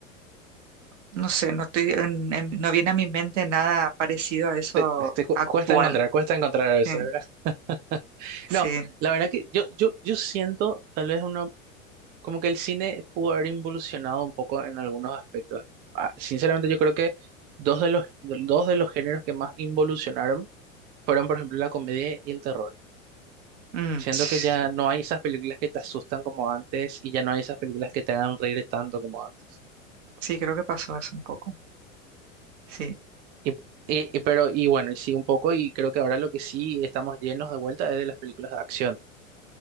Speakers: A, on the right (about 60°); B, on the right (about 25°).
A: no sé, no estoy en- en- no viene a mi mente nada parecido a eso
B: te, te cu-
A: actual.
B: cuesta encontrar, cuesta encontrar a veces,
A: Eh,
B: ¿verdad? <laughs>
A: sí,
B: No, la verdad que yo, yo, yo siento tal vez uno, como que el cine pudo haber involucionado un poco en algunos aspectos. Ah, sinceramente yo creo que dos de los, dos de los géneros que más involucionaron fueron, por ejemplo, la comedia y el terror.
A: mm,
B: Siento
A: sí,
B: que ya no hay esas películas que te asustan como antes y ya no hay esas películas que te hagan reír tanto como antes.
A: sí, creo que pasó eso un poco. Sí.
B: Y, y- y- pero, y bueno, y sí un poco, y creo que ahora lo que sí estamos llenos de vuelta es de las películas de acción.